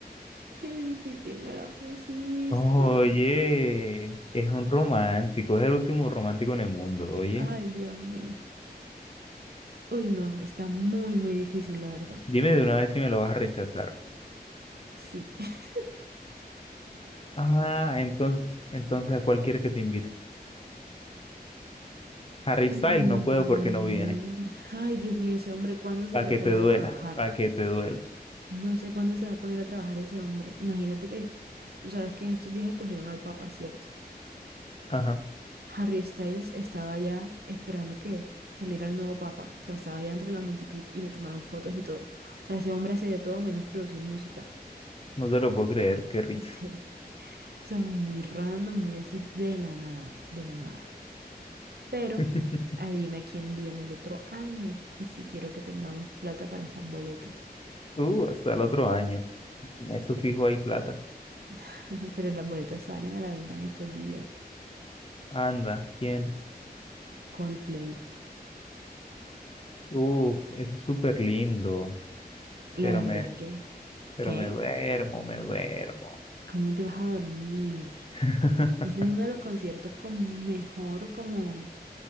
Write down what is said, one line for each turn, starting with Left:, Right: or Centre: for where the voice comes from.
Right: Qué difícil me la pusiste.
Left: Oye, es un romántico, es el último romántico en el mundo, oye.
Right: Ay, Dios mío. Uy, no, está muy, muy difícil, la verdad.
Left: Dime de una vez si me lo vas a rechazar.
Right: Sí. <laughs>
Left: Ah, entonces, entonces, ¿a cuál quieres que te invite? Harry
Right: Mm,
Left: Styles no puedo porque no viene.
Right: Ay, Dios mío, ese hombre, ¿cuándo se
Left: Para
Right: irá
Left: que
Right: a
Left: te
Right: poner
Left: duela,
Right: a trabajar?
Left: para que te duela.
Right: No sé cuándo se va a poner a trabajar ese hombre. Imagínate que, tú sabes que en estos días escogieron al Papa, ¿cierto?
Left: Ajá,
Right: Harry Styles estaba ya esperando que saliera el nuevo papa. O sea, estaba ya entre la multitud y le tomaron fotos y todo. O sea, ese hombre hace de todo menos producir música.
Left: no te lo puedo creer, qué
Right: <laughs>
Left: risa.
Right: Este, O sea, muy random, muy así de la nada, de la nada. Pero
Left: <laughs>
Right: adivina quién viene el otro año. Y si quiero que tengamos plata para esas boletas.
Left: Uh, hasta el otro año. Eso fijo ahí plata.
Right: <laughs> Pero las boletas salen a la venta en estos días.
Left: Anda, ¿quién?
Right: Coldplay.
Left: Uh, es súper lindo,
Right: La
Left: pero
Right: verdad
Left: me,
Right: es que,
Left: pero
Right: ¿qué?
Left: me duermo, me duermo.
Right: ¿Cómo te vas a dormir?
Left: <laughs>
Right: Ese es uno de los conciertos con mejor, como,